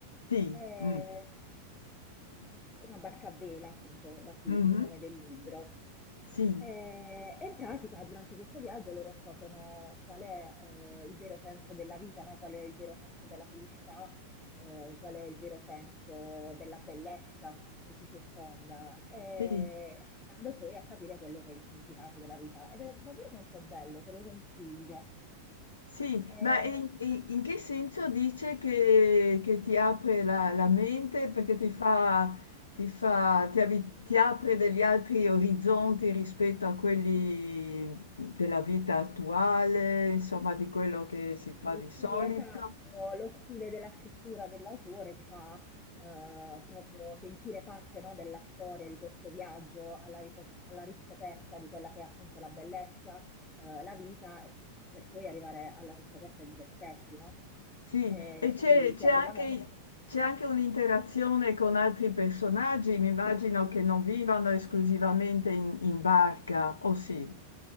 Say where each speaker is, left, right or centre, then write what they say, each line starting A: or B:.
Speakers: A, on the left; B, on the left.
A: sì,
B: Eh,
A: mm,
B: È una barca a vela, appunto, da qui
A: mhm,
B: il nome del libro.
A: sì,
B: Eh, E in pratica, durante questo viaggio, loro scoprono qual è eh, il vero senso della vita, no? Qual è il vero senso della felicità, eh, qual è il vero senso della bellezza che ci circonda, e
A: sì,
B: andando poi a capire quello che è il significato della vita. Ed è davvero molto bello, te lo consiglio.
A: sì,
B: Eh,
A: ma in, in- in che senso dice che, che ti apre la, la mente perché ti fa, ti fa, ti avi- ti apre degli altri orizzonti rispetto a quelli della vita attuale, insomma, di quello che si
B: sì,
A: fa di solito?
B: sì, esatto, lo stile della scrittura dell'autore ti fa eh, proprio sentire parte, no, della storia di questo viaggio alla, riso- alla riscoperta di quella che è appunto la bellezza, eh, la vita e per poi arrivare alla riscoperta di se stessi, no?
A: Sì,
B: Eh,
A: e c'è
B: quindi
A: c'è
B: ti apre
A: anche
B: la mente.
A: c'è anche un'interazione con altri personaggi, mi immagino che non vivano esclusivamente in in barca, o sì?